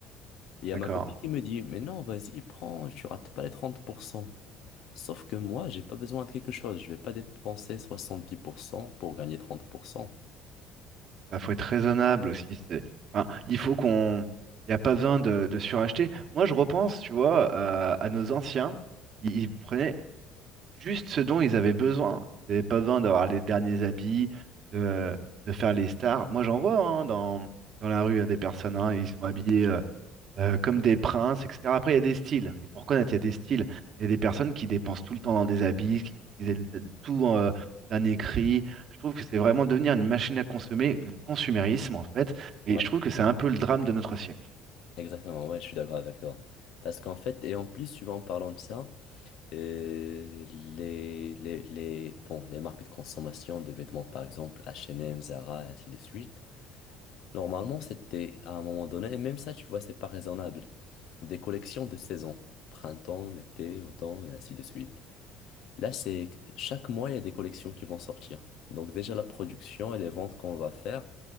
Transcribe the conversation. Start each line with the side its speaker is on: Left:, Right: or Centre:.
Left: Et il y a
Right: D'accord.
Left: ma copine qui me dit, mais non, vas-y, prends, tu rates pas les 30%. Sauf que moi, j'ai pas besoin de quelque chose. Je vais pas dépenser 70% pour gagner 30%.
Right: Il faut être raisonnable aussi. c'est- enfin, il faut qu'on. Il n'y a pas besoin de, de suracheter. Moi, je repense, tu vois, à, à nos anciens. Ils, ils prenaient juste ce dont ils avaient besoin. Ils n'avaient pas besoin d'avoir les derniers habits, de, de faire les stars. Moi, j'en vois hein, dans, dans la rue hein, des personnes, hein, ils sont habillés euh, euh, comme des princes, etc. Après, il y a des styles. Il faut reconnaître, il y a des styles. Il y a des personnes qui dépensent tout le temps dans des habits, qu'il faut qu'ils aient le- tout euh, d'un écrit. Je trouve que c'est vraiment devenir une machine à consommer, le consumérisme en fait. Et
Left: Ouais,
Right: je trouve que c'est un peu le drame de notre siècle.
Left: exactement, ouais, je suis d'accord avec toi. Parce qu'en fait, et en plus, tu vois, en parlant de ça, euh, les, les, les, bon, les marques de consommation de vêtements, par exemple, H&M, Zara, et ainsi de suite, Normalement, c'était à un moment donné, et même ça, tu vois, c'est pas raisonnable. Des collections de saisons, printemps, été, automne, et ainsi de suite. Là, c'est chaque mois, il y a des collections qui vont sortir. Donc déjà, la production et les ventes qu'on va faire,